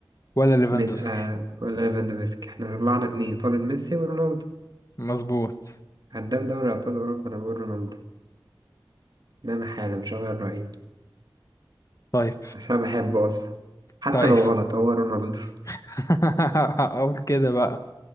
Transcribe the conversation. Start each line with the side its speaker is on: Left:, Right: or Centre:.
Left: ولا ليفاندوسكي
Right: مد... آه ولا ليفاندوفسكي احنا طلعنا اتنين فاضل ميسي ورونالدو
Left: مظبوط
Right: هداف دوري أبطال أوروبا أنا بقول رونالدو ده أنا حالا مش هغير رأيي
Left: طيب
Right: عشان بحبه أصلا حتى
Left: طيب
Right: لو غلط هو رونالدو
Left: <laughs> اقول كده بقى